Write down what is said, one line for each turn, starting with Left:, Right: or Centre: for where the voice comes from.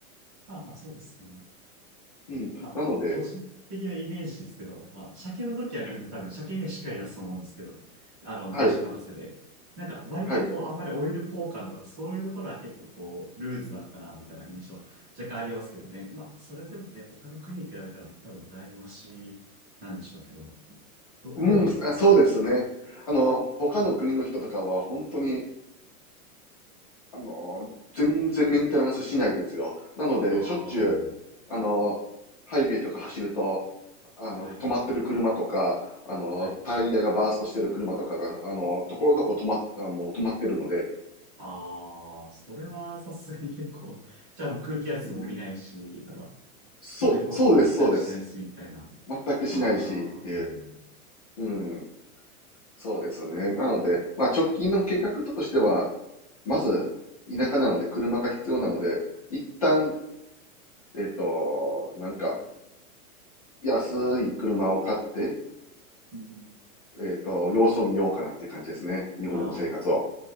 Right: あ、まあそうですね。
Left: うん、
Right: まあ、
Left: なので、
Right: 個人的なイメージですけど、まあ、車検の時はみんな多分車検がしっかり出すと思うんですけど、
Left: はい、
Right: あの、
Left: はい、
Right: 業者任せで。なんか、割とこう、
Left: はい、
Right: あんまりオイル交換とかそういうところは結構こう、ルーズなのかな、みたいな印象、若干ありますけどね。まあ、それでもね、他の国に比べたら多分だいぶマシなんでしょうけど、ど、
Left: うん、
Right: どうなんですかね。
Left: あそうですね。あの、他の国の人とかは本当にあの、全然メンテナンスしないですよ。なので、
Right: ああ、
Left: しょっちゅう、あの、ハイウェイとか走ると、あの、
Right: はい、
Left: 止まってる車とか、あの、
Right: はい。
Left: タイヤがバーストしてる車とかが、あの、ところどころ止まっ、あもう止まってるので、
Right: ああ、それはさすがに結構、じゃあもう空気圧も見ないし、
Left: ね、
Right: とか、
Left: そう、
Right: オイル効果を全くしないし、
Left: そうです、そうです。
Right: みたいな。
Left: 全くしないしっていう。
Right: あー
Left: うん、そうですね。なので、まあ直近の計画としては、まず、田舎なので車が必要なので、一旦、えっと、なんか、安い車を買って、
Right: うん。
Left: えっと、様子を見ようかなって感じですね。日本での生活を。
Right: あー、ああ